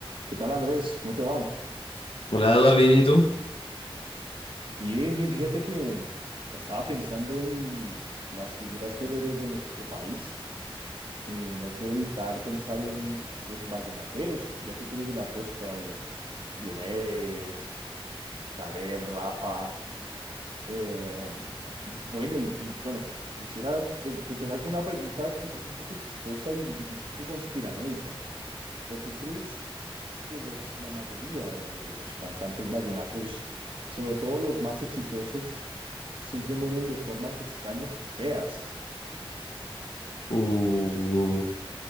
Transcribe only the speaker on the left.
Hola, Eduardo, ¿bien y tú?
Uh,